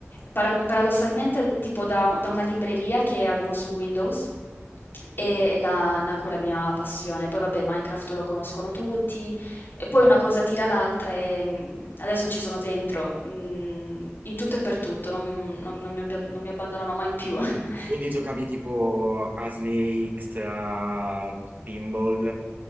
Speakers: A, on the left; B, on the right.
A: para- paradossalmente tipo da, da una libreria che avevo su Windows e,
B: sì.
A: e là nacque la mia passione. Poi vabbè, Minecraft lo conoscono tutti, e poi una cosa tira l'altra e, mhmm, adesso ci sono dentro, mhmm, in tutto e per tutto, non non non mi abbion non mi abbandonerò mai più. <laughs>
B: Quindi giocavi tipo a Snakes, a Pinball.